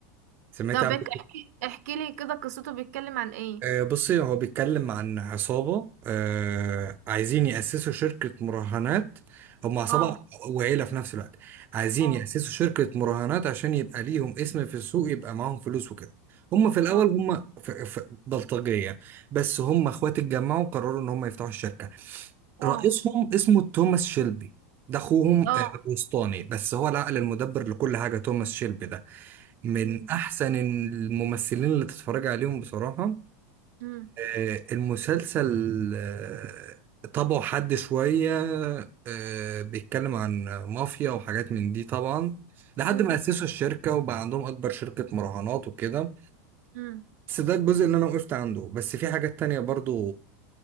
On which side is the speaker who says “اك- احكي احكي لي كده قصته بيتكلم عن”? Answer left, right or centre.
Right